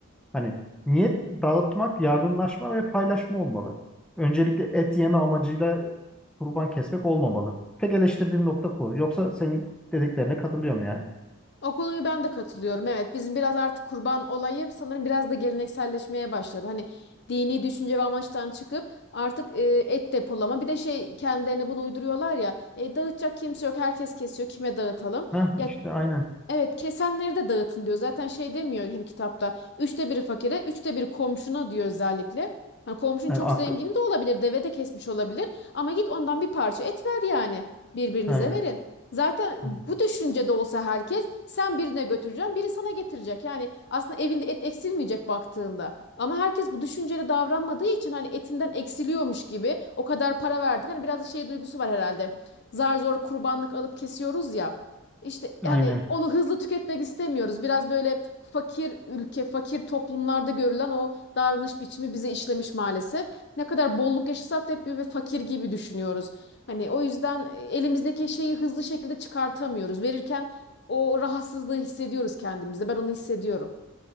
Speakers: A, in the centre; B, on the left.
A: Hani niyet dağıtmak, yardımlaşma ve paylaşma olmalı. Öncelikle et yeme amacıyla kurban kesmek olmamalı. Tek eleştirdiğim nokta bu. Yoksa senin dediklerine katılıyorum yani.
B: O konuyu ben de katılıyorum. Evet, bizim biraz artık kurban olayı sanırım biraz da gelenekselleşmeye başladı. Hani dini düşünce ve amaçtan çıkıp artık e, et depolama. Bir de şey kendilerine bunu uyduruyorlar ya. E, dağıtacak kimse yok. Herkes kesiyor. Kime dağıtalım?
A: Ha
B: Ya
A: işte aynen.
B: Evet kesenleri de dağıtın diyor. Zaten şey demiyor hani kitapta. Üçte biri fakire, üçte biri komşuna diyor özellikle. Hani komşun
A: Yani
B: çok
A: aklı-
B: zengini de olabilir, deve de kesmiş olabilir. Ama git ondan bir parça et ver yani. Birbirinize
A: aynen.
B: verin. Zaten
A: Aynen.
B: bu düşüncede olsa herkes sen birine götüreceksin, biri sana getirecek. Yani aslında evinde et eksilmeyecek baktığında. Ama herkes bu düşünceli davranmadığı için hani etinden eksiliyormuş gibi o kadar para verdik. Hani biraz da şey duygusu var herhalde. Zar zor kurbanlık alıp kesiyoruz ya. İşte
A: Aynen.
B: yani onu hızlı tüketmek istemiyoruz. Biraz böyle fakir ülke, fakir toplumlarda görülen o davranış biçimi bize işlemiş maalesef. Ne kadar bolluk yaşasak da hep böyle fakir gibi düşünüyoruz. Hani o yüzden e, elimizdeki şeyi hızlı şekilde çıkartamıyoruz. Verirken o rahatsızlığı hissediyoruz kendimizde. Ben onu hissediyorum.